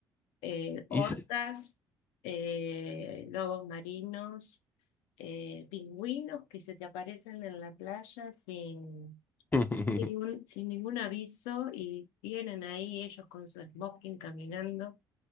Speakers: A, on the left (about 80°); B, on the left (about 20°).
A: Eh, orcas,
B: Y s-
A: eh, lobos marinos, eh, pingüinos que se te aparecen en la playa sin
B: <laughs>
A: ningún- sin ningún aviso y vienen ahí ellos con su smoking caminando